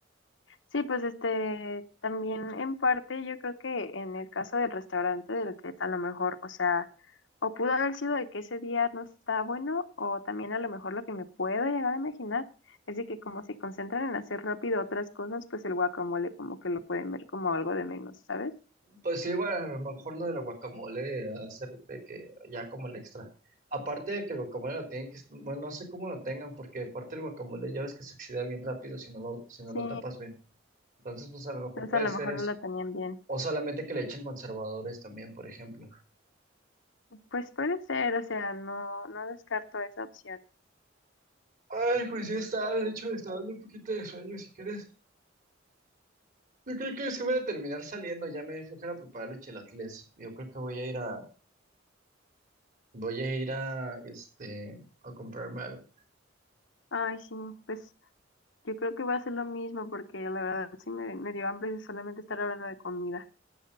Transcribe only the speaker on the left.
Sí, pues este, también en parte yo creo que en el caso del restaurante del que a lo mejor, o sea, o pudo haber sido de que ese día no está bueno, o también a lo mejor lo que me puedo llegar a imaginar es de que como se concentran en hacer rápido otras cosas, pues el guacamole como que lo pueden ver como algo de menos, ¿sabes?
Sí,
entonces
a lo
mejor
no lo tenían bien.
Pues puede ser, o sea, no, no descarto esa opción.
Ay, sí, pues yo creo que va a ser lo mismo porque la verdad sí me, me dio hambre de solamente estar hablando de comida.